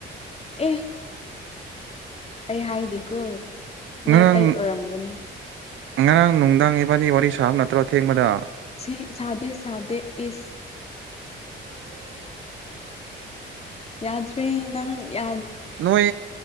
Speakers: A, on the left; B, on the right.
A: ꯑꯦ ꯑꯩ ꯍꯥꯏꯗꯦꯀꯣ ꯃꯤ
B: ꯉꯔꯥꯡ
A: ꯑꯇꯩ ꯑꯣꯏꯔꯝꯒꯅꯤ
B: ꯉꯔꯥꯡ ꯅꯨꯡꯗꯥꯡ ꯏꯕꯥꯅꯤ ꯋꯥꯔꯤ ꯁꯥꯕ ꯅꯠꯇ꯭ꯔꯣ ꯑꯊꯦꯡꯕꯗ
A: ꯁꯤ ꯁꯥꯗꯦ ꯁꯥꯗꯦ ꯏꯁ ꯌꯥꯗ꯭ꯔꯦ ꯅꯪ ꯌꯥ
B: ꯅꯣꯏ